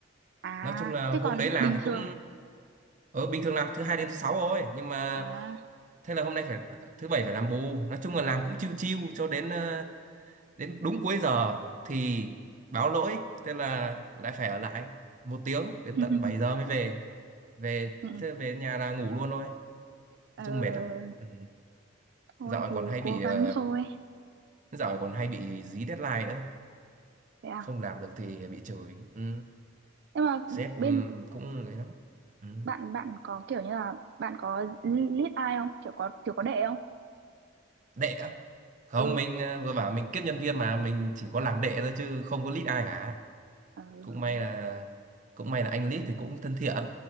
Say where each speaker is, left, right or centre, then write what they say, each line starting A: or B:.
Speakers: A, on the right; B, on the right.
A: À,
B: Nói chung là
A: chứ
B: hôm
A: còn
B: đấy làm
A: bình
B: thì
A: thường
B: cũng ờ bình thường làm thứ hai đến thứ sáu thôi, nhưng mà
A: à
B: thế là hôm nay phải thứ bảy phải làm bù nói chung là làm cũng chiêu chiêu cho đến ờ, đến đúng cuối giờ thì báo lỗi thế là lại phải ở lại một tiếng đến
A: <laughs> ừ,
B: tận 7 giờ mới về về
A: ừ.
B: thế về nhà là ngủ luôn thôi nói
A: ờ,
B: chung mệt lắm ừ.
A: thôi
B: dạo này
A: thì
B: còn hay
A: cố
B: bị ờ,
A: gắng thôi.
B: dạo này còn hay bị dí deadline nữa
A: Thế à?
B: không làm được thì bị chửi ừ.
A: Nhưng mà
B: sếp
A: bên
B: ừ, cũng ấy lắm ừ.
A: bạn bạn có kiểu như là bạn có lead ai không? Kiểu có kiểu có đệ không?
B: đệ á không
A: Ừ,
B: mình
A: kiểu
B: ờ, vừa bảo mình kiếp nhân viên mà mình chỉ có làm đệ thôi chứ không có lead ai cả
A: ừ
B: cũng may
A: ừ
B: là cũng may là anh lead thì cũng thân thiện